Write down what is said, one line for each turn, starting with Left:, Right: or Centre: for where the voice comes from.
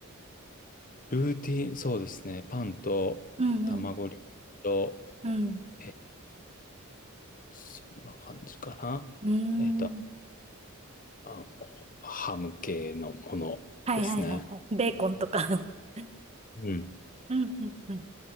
Left: ルーティン、そうですね。パンと卵料理と、
Right: うんうん。うん。
Left: え、そんな感じかな。
Right: うーん。
Left: えっと、あの、ハム系のものですね。
Right: はいはいはいはい。ベーコンとか <laughs>
Left: うん。
Right: うんうんうん。